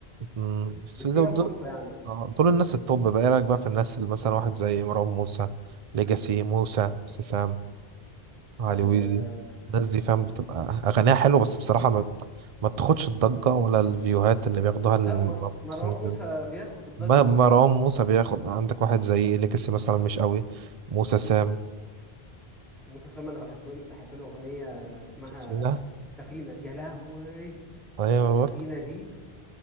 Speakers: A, on the right; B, in the centre.
A: أمم، بس
B: اديها
A: دول
B: فرصه
A: دول,
B: يعني
A: آه دول الناس التوب بقى إيه رأيك بقى في الناس اللي مثلا واحد زي مروان موسى ليجاسي موسى سام علي
B: آه
A: ويزي الناس دي فاهم بتبقى اغانيها حلوه بس بصراحه ما, ما بتاخدش الضجه ولا الفيوهات اللي بياخدوها ال-
B: لا م- مروان
A: مثلاً
B: موسى بياخد الضجه
A: ما- مروان موسى بياخد عندك واحد زي ليجاسي مثلا مش قوي موسى سام
B: موسى سام انا بحب له- بحب الاغنيه اسمها
A: فينا
B: سفينه يا لهوي
A: ايوه أنا
B: سفينه
A: بقول
B: دي